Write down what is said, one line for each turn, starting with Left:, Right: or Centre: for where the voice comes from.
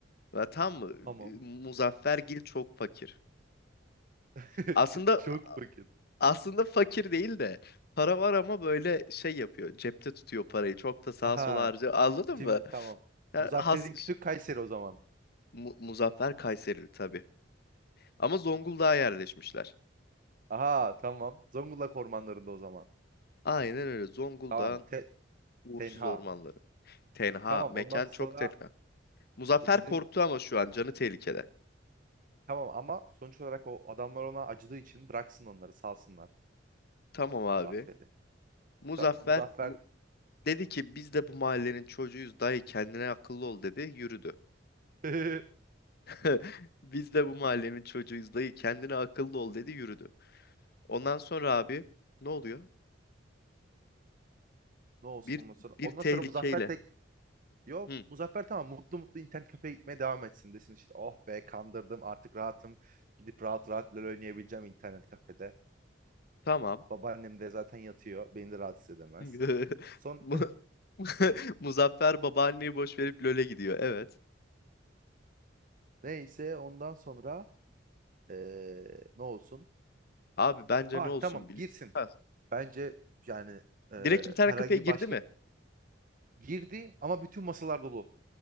Left: Ve tam mı?
Right: Tamam.
Left: Muzaffergil çok fakir.
Right: <laughs>
Left: Aslında
Right: Çok fakir.
Left: Aslında fakir değil de para var ama böyle şey yapıyor. Cepte tutuyor parayı. Çok da sağa
Right: Aha.
Left: sola harcıyor. Anladın
Right: Cimri
Left: mı?
Right: tamam.
Left: Ya
Right: Muzaffer'in
Left: has
Right: kütük Kayseri o zaman.
Left: Mu- Muzaffer Kayserili tabii. Ama Zonguldak'a yerleşmişler.
Right: Aha tamam. Zonguldak ormanlarında o zaman.
Left: Aynen öyle. Zonguldak'ın
Right: Tamam. Te
Left: uğursuz
Right: tenha.
Left: ormanları. Tenha.
Right: Tamam
Left: Mekan
Right: ondan sonra
Left: çok tenha. Muzaffer
Right: bu bizim
Left: korktu ama şu an canı tehlikede.
Right: tamam ama sonuç olarak o adamlar ona acıdığı için bıraksın onları salsınlar
Left: Tamam abi.
Right: Muzaffer'i.
Left: Muzaffer
Right: Tamam, Muzaffer
Left: mu- dedi ki biz de bu mahallenin çocuğuyuz dayı kendine akıllı ol dedi yürüdü.
Right: <laughs> ne
Left: <laughs> Biz de bu mahallenin çocuğuyuz dayı kendine akıllı ol dedi yürüdü. Ondan sonra abi ne oluyor?
Right: olsun
Left: Bir
Right: ondan sonra.
Left: bir
Right: Ondan
Left: tehlikeyle.
Right: sonra Muzaffer tek Yok
Left: Hı,
Right: Muzaffer tamam mutlu mutlu internet kafeye gitmeye devam etsin desin işte oh be kandırdım artık rahatım gidip rahat rahat LoL oynayabileceğim internet kafede.
Left: tamam.
Right: Babaannem de zaten yatıyor beni de rahatsız edemez.
Left: <laughs>
Right: Son
Left: Mu- <laughs> Muzaffer babaanneyi boş verip LoL'e gidiyor. Evet.
Right: <laughs> neyse ondan sonra eee, ne olsun?
Left: Abi bence
Right: Ay
Left: ne olsun
Right: tamam
Left: biliyor
Right: girsin
Left: musun?
Right: bence yani eee,
Left: Direkt internet
Right: herhangi
Left: kafeye girdi
Right: başka
Left: mi?
Right: girdi ama bütün masalar dolu